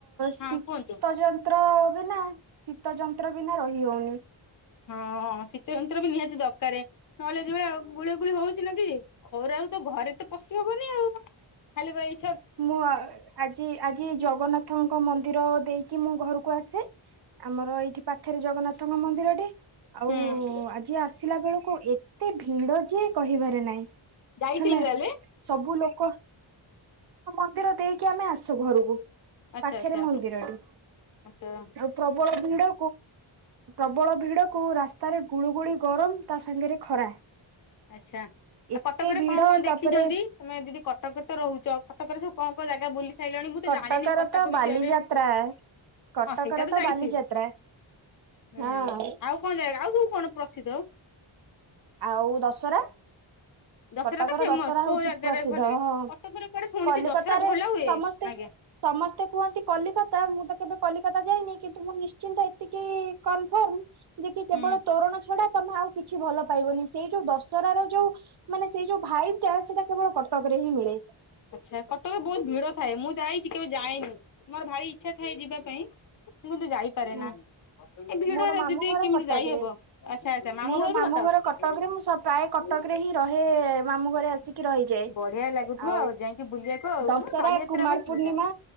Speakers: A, on the right; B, on the left.
A: ଶୀତ
B: ହଁ କୁହନ୍ତୁ।
A: ଯନ୍ତ୍ର ହବେ ନା ଶୀତ ଯନ୍ତ୍ର ବିନା ରହି ହଉନି।
B: ହଁ ଶୀତ ଯନ୍ତ୍ର ବି ନିହାତି ଦରକାର, ନହେଲେ ଯେଭଳିଆ ଆଉ। ଗୁଳି ଗୁଳି ହଉଛିନାହାନ୍ତି ଘୋର <unintelligible> ଆରୁ ତ ଘରେ ତ ପଶି ହବନି ଆଉ, ଖାଲି କହି।
A: ମୁଁ ଆଜି ଆଜି ଜଗନ୍ନାଥଙ୍କ ମନ୍ଦିର ମନ୍ଦିର ଦେଇକି ମୁଁ ଘରକୁ ଆସେ। ଆମର ଏଇଠି ପାଖରେ ଜଗନ୍ନାଥଙ୍କ ମନ୍ଦିରଟେ,
B: ହୁଁ
A: ଆଉ ଆଜି ଆସିଲା ବେଳକୁ ଏତେ ଭିଡ ଯେ କହିବାରେ ନାଇଁ,
B: ଯାଇଥିଲେ
A: ହେଲା
B: ତାହେଲେ
A: ସବୁ ଲୋକ ମନ୍ଦିର ଦେଇକି ଆମେ ଆସୁ ଘରକୁ।
B: ଆଚ୍ଛା
A: ପାଖରେ
B: ଆଚ୍ଛା
A: ମନ୍ଦିରଟି,
B: ଆଚ୍ଛା।
A: ଆଉ ପ୍ରବଳ ଭିଡ। ପ୍ରବଳ ଭିଡ କୁ, ରାସ୍ତାରେ ଗୁଳୁଗୁଳି ଗରମ ତା ସାଙ୍ଗରେ ଖରା।
B: ଆଚ୍ଛା
A: ଏତେ
B: ଆଉ କଟକରେ
A: ଭିଡ
B: କଣ କଣ ଦେଖିଛନ୍ତି,
A: ତାପରେ
B: ତମେ ଦିଦି କଟକରେ ତ ରହୁଛ। କଟକରେ ସବ କଣ କଣ ଜାଗା ବୁଲି ସାଇିଲଣି, ମୁଁ ତ
A: କଟକର
B: ଜାଣିନି କଟକ
A: ତ ବାଲିଯାତ୍ରା।
B: ବିଷୟରେ,
A: କଟକର
B: ହଁ ସେଇଟା ତ ଯାଇଥିବ।
A: ବାଲିଯାତ୍ରା
B: ହୁଁ,
A: ହଁ
B: ଆଉ କଣ ଜାଗା, ଆଉ ସବୁ କଣ ପ୍ରସିଦ୍ଧ।
A: ଆଉ ଦଶହରା।
B: ଦଶହରା
A: କଟକର
B: ତ ଫେମସ
A: ଦଶହରା
B: କୋଉ
A: ହଉଛି
B: ଜାଗାରେ
A: ପ୍ରସିଦ୍ଧ,
B: ଭଲ ହୁଏ
A: ହଁ
B: କଟକରେ କୁଆଡେ ଶୁଣିଛି
A: କଲିକତାରେ
B: ଦଶହରା ଭଲ ହୁଏ?
A: ସମସ୍ତେ
B: ଆଜ୍ଞା
A: ସମସ୍ତେ କୁହନ୍ତି କଲିକତା, ମୁଁ ତ କେବେ କଲିକତା ଯାଇନି କିନ୍ତୁ ମୁଁ ନିଶ୍ଚିତ ଏତିକି କନଫ୍ର୍ମ ଯେ- କି କେବଳ
B: ହୁଁ
A: ତୋରଣ ଡା ତମେ ଆଉ କିଛି ଭଲ ପାଇବନି ସେଇ ଯୋଉ ଦଶହର ର ଯୋଉ ମାନେ, ସେଇ ଯୋଉ ଭାଇ ଟା ସେଇଟା କେବଳ କଟକ ରେ ହିଁ ମିଳେ।
B: ଆଚ୍ଛା, କଟକରେ ବହୁତ ଭିଡ ଥାଏ, ମୁଁ ଯାଇଛି କେବେ ଯାଏନି ମୋର ଭାରି ଇ ଇଛା ଥାଏ ଯିବା ପାଇଁ, ମୁଁ କିନ୍ତୁ ଯାଇପାରେ
A: ହୁଁ
B: ନା ଏ ଭିଡରେ
A: ମୋର ମାମୁଁ
B: ଦିଦି
A: ଘର
B: କେମିତି
A: କଟକରେ
B: ଯାଇହବ, ଆଛା ଆଛା, ମାମୁଁ
A: ମୋର
B: ଘର ବି କଟା
A: କଟକରେ ମୁଁ ପ୍ରାୟ କଟକରେ ହିଁ ରହେ, ମାମୁ ଘରେ ଆସ ରହିଯାଏ,
B: ବଢିଆ ଲାଗୁଥିବ
A: ଆଉ
B: ଯାଇକି ବୁଲିବାକୁ ଆଉ
A: ଦଶହରା,
B: ବାଲିଯାତ୍ରା
A: କୁମାର
B: ପାଇଁ ସୁବିଧା।
A: ପୂର୍ଣ୍ଣିମା